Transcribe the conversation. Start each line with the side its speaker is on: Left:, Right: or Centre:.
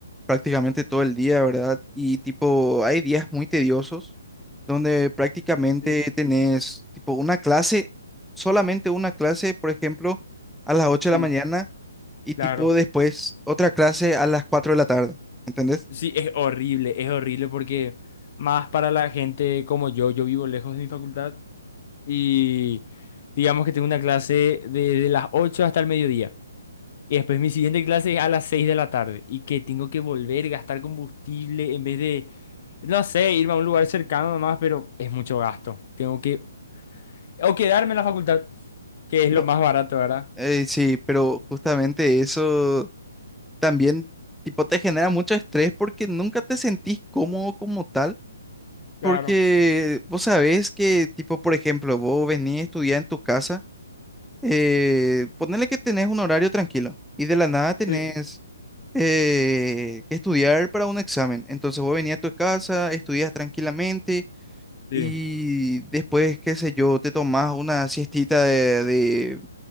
Centre: prácticamente todo el día, ¿verdad? Y tipo, hay días muy tediosos donde prácticamente
Left: Sí,
Centre: tenés tipo una clase, solamente una clase, por ejemplo, a las ocho
Left: sí.
Centre: de la mañana y
Left: Claro.
Centre: tipo después otra clase a las 4 de la tarde, ¿entendés?
Left: Sí, es horrible, es horrible porque más para la gente como yo, yo vivo lejos de mi facultad y digamos que tengo una clase desde las 8 hasta el mediodía. Y después mi siguiente clase es a las 6 de la tarde y que tengo que volver, gastar combustible en vez de, no sé, irme a un lugar cercano nomás, pero es mucho gasto. Tengo que, o quedarme en la facultad, que es
Centre: No,
Left: lo más barato, ¿verdad?
Centre: eh, sí, pero justamente eso también tipo te genera mucho estrés porque nunca te sentís cómodo como tal
Left: Claro,
Centre: Porque vos sabés que, tipo, por ejemplo, vos venís a estudiar en tu casa, eh, ponele que tenés un horario tranquilo y de la nada tenés
Left: sí.
Centre: eh, que estudiar para un examen. Entonces vos venís a tu casa, estudias tranquilamente
Left: Sí.
Centre: y después, qué sé yo, te tomás una siestita de, de